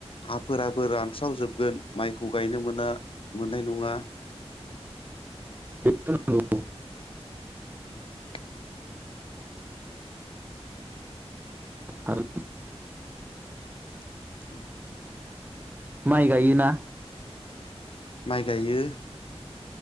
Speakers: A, on the left; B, on the right.
A: हाफोराबो रानस्रावजोबगोन माइखौ गायनो मोना मोननाय नङा
B: <unintelligible>
A: <inaudible>
B: आरो
A: <inaudible>
B: माइ गायोना
A: माइ गायो